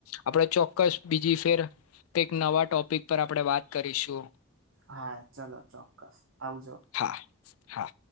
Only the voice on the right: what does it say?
હા ચલોો ચોક્કસ આવજો.